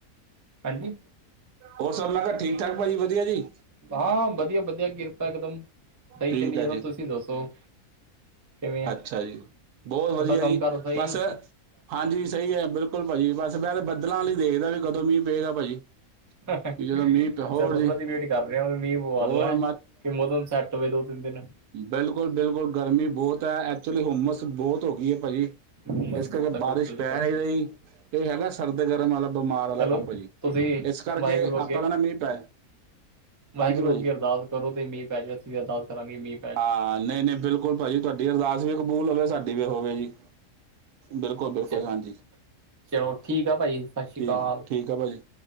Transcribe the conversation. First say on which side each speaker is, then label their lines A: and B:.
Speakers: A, on the right; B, on the right.
A: ਹਾਂਜੀ।
B: ਹੋਰ, ਸਭ ਮੈਂ ਕਿਹਾ, ਠੀਕ-ਠਾਕ ਭਾਜੀ ਵਧੀਆ ਜੀ?
A: ਹਾਂ, ਵਧੀਆ -ਵਧੀਆ, ਕਿਰਪਾ ਇਕਦਮ ਸਹੀ
B: ਠੀਕ
A: ਚੱਲੀ
B: ਹੈ
A: ਜਾਂਦਾ।
B: ਜੀ
A: ਤੁਸੀਂ ਦੱਸੋ? ਕਿਵੇਂ ਆ
B: ਅੱਛਾ ਜੀ, ਬਹੁਤ
A: ਤੁਹਾਡਾ
B: ਵਧੀਆ
A: ਕੰਮ
B: ਜੀ,
A: ਕਾਰ ਸਹੀ
B: ਬਸ ਹਾਂਜੀ ਸਹੀ ਹੈ, ਬਿਲਕੁਲ ਭਾਜੀ, ਬਸ ਮੈਂ ਤੇ ਬੱਦਲਾਂ ਵੱਲ ਈ, ਦੇਖਦਾ, ਵੀ ਕਦੋਂ ਮੀਂਹ ਪਏਗਾ ਭਾਜੀ?
A: ਅੱਛਾ,
B: ਕਿ ਜਦੋਂ ਮੀਂਹ ਪਿਆ ਹੋਰ
A: ਬਦਲਾਂ
B: ਜੀ
A: ਦੀ ਵੇਟ ਕਰ ਰਹੇ ਹੋ, ਮੀਂਹ ਪਵਾ
B: ਹੋਰ
A: ਦੋ, ਹੈਂ, ਕੀ ਮੌਸਮ ਸੈੱਟ ਹੋਵੇ। <unintelligible>
B: ਬਿਲਕੁਲ- ਬਿਲਕੁਲ, ਗਰਮੀ ਬਹੁਤ ਐ, ਐਕਚੁਲੀ ਹੁੰਮਸ ਬਹੁਤ ਹੋਗੀ ਐ ਭਾਜੀ।
A: ਉਮਰ
B: ਇਸ
A: ਬਹੁਤ
B: ਕਰਕੇ,
A: ਹੈ ਬਿਲਕੁਲ
B: ਬਾਰਿਸ਼
A: ਜੀ
B: ਪੈ
A: ਬਿਲਕੁਲ
B: ਨੀ ਰਹੀ, ਇਹ ਹੈਗਾ ਸਰਦ ਗਰਮ ਵਾਲਾ, ਬਿਮਾਰ ਵਾਲਾ
A: ਚਲੋ
B: ਕੰਮ ਭਾਜੀ।
A: ਤੁਸੀਂ
B: ਇਸ, ਕਰਕੇ
A: ਵਾਹਿਗੁਰੂ
B: ਆਪਾਂ
A: ਅੱਗੇ
B: ਕਹਿੰਦੇ, ਮੀਂਹ ਪੈ
A: ਵਾਹਿਗੁਰੂ
B: ਹਾਂਜੀ ਭਾਜੀ
A: ਅੱਗੇ ਅਰਦਾਸ ਕਰੋ ਤੇ ਮੀਹ ਪੈ ਜਾਵੇ ਅਸੀਂ ਵੀ ਅਰਦਾਸ ਕਰਾਂਗੇ ਮੀਂ।
B: ਹਾਂ, ਨਹੀ- ਨਹੀ ਬਿਲਕੁਲ ਭਾਜੀ, ਤੁਹਾਡੀ ਅਰਦਾਸ ਵੀ ਕਬੂਲ ਹੋਵੇ, ਸਾਡੀ ਵੀ ਹੋਵੇ ਜੀ। ਬਿਲਕੁਲ-ਬਿਲਕੁਲ,
A: ਜੀ
B: ਹਾਂਜੀ।
A: ਚਲੋ ਠੀਕ ਆ ਭਾਜੀ ਸਤਿ ਸ਼੍ਰੀ
B: ਠੀ,
A: ਅਕਾਲ
B: ਠੀਕ ਆ, ਭਾਜੀ